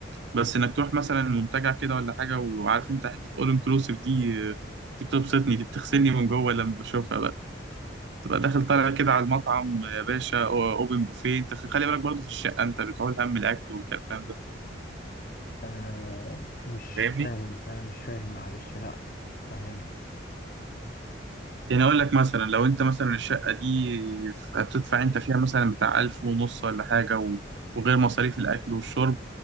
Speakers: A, on the right; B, on the left.
A: بس انك تروح مثلا منتجع كده ولا حاجه وعارف انت حته اول انكلوسيف دي آه، دي بتبسطني دي بتغسلني من جوه لما بشوفها بقى تبقى داخل طالع كده على المطعم يا باشا أو- اوبن بوفيه انت في خلي بالك برضه في الشقه انت بتعول هم الاكل والكلام ده
B: آه مش
A: فاهمني
B: فاهم انا مش فاهم معلش لا فاهم
A: يعني اقول لك مثلا لو انت مثلا الشقه دي هتدفع انت فيها مثلا بتاع الف ونص ولا حاجه و- وغير مصاريف الاكل والشرب